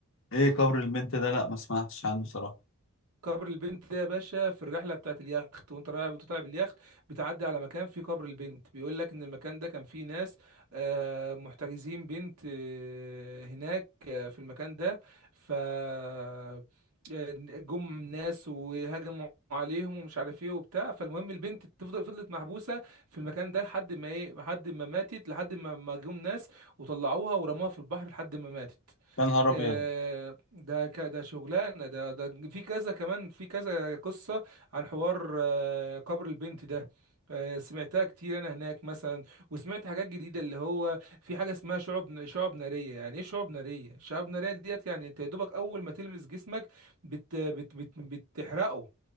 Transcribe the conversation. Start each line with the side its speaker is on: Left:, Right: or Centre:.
Left: ايه قبر البنت ده لا ما سمعتش عنه صراحة
Right: قبر البنت ده يا باشا في الرحله بتاعت اليخت وانت رايح وانت طالع باليخت بتعدي على مكان فيه قبر البنت بيقول لك ان المكان ده كان فيه ناس آه، محتجزين بنت آه، هناك آه، في المكان ده ف آه، جم ناس وهجموا عليهم ومش عارف ايه وبتاع فالمهم البنت تفضل فضلت محبوسه في المكان ده لحد ما ايه لحد ما ماتت لحد ما ما جم ناس وطلعوها ورموها في البحر لحد ما ماتت
Left: يا نهار ابيض
Right: آه، ده ك- ده شغلانه ده ده في كذا كمان في كذا قصه عن حوار آه، قبر البنت ده آه، سمعتها كتير انا هناك مثلا وسمعت حاجات جديده اللي هو في حاجه اسمها شعب شعب ناريه يعني ايه شعب ناريه شعب ناريه ديت يعني انت يا دوبك اول ما تلمس جسمك بت بت بت بتحرقه